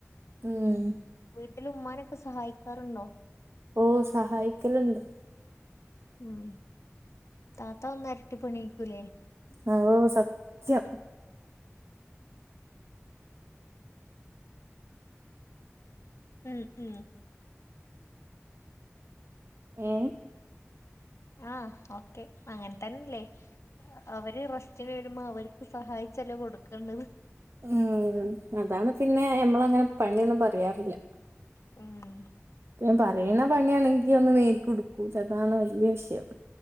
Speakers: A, on the right; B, on the left.
A: മ്
B: വീട്ടില് ഉമ്മാനൊക്കെ സഹായിക്കാറുണ്ടോ
A: ഓ സഹായിക്കല്ണ്ട്
B: മ് താത്ത വന്നാ എര്ട്ടി പണ്യാക്കൂലേ
A: ആ ഓ സത്യം
B: മ് മ്
A: ഏ
B: ആഹ് ക്കെ അങ്ങൻതന്നല്ലേ അവര് വരുമ്പോ അവര്ക്ക് സഹായിച്ചല്ലേ കൊട്ക്കണ്ടത്
A: മ് അതാണ് പിന്നെ ഞമ്മളങ്ങനെ പണിയൊന്നും പറയാറില്ല
B: മ്
A: പ്പ ഞാം പറീണ പണിയാണെങ്കി ഒന്ന് നേരക്കോട്ട്ട്ക്കൂല അതാണ് വല്ല്യേ വിഷയം